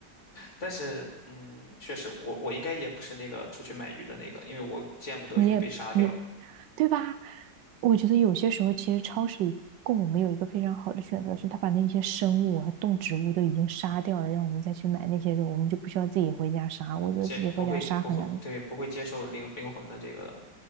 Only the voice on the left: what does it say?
但是，嗯，确实，我我应该也不是那个出去买鱼的那个，因为我见不得鱼被杀掉，
接不会不会对不会接受灵灵魂的这个